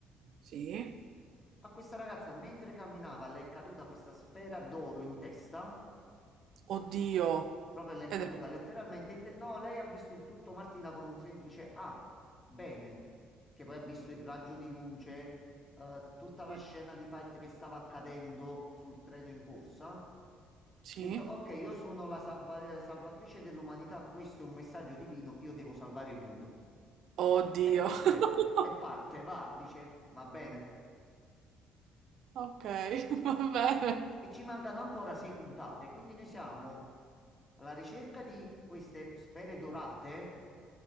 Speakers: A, on the right; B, on the left.
A: Sì.
B: a questa ragazza mentre camminava le è caduta questa sfera d'oro in testa
A: Oddio.
B: Proprio le è
A: Ed
B: caduta
A: è...
B: letteralmente. in te- No, lei ha visto il tutto Martina con un semplice ah, bene, che poi ha visto il raggio di luce, eh, tutta la
A: Sì?
B: scena di fight che stava accadendo sul treno in corsa. Ha
A: Sì.
B: detto, ok, io sono la salva- salvatrice dell'umanità, questo è un messaggio divino, io devo salvare il mondo.
A: Oddio.
B: E parte,
A: <laughs>
B: e parte, va, dice, va bene.
A: Ok, <laughs> va bene.
B: E ci mancano ancora sei puntate, quindi noi siamo alla ricerca di queste sfere dorate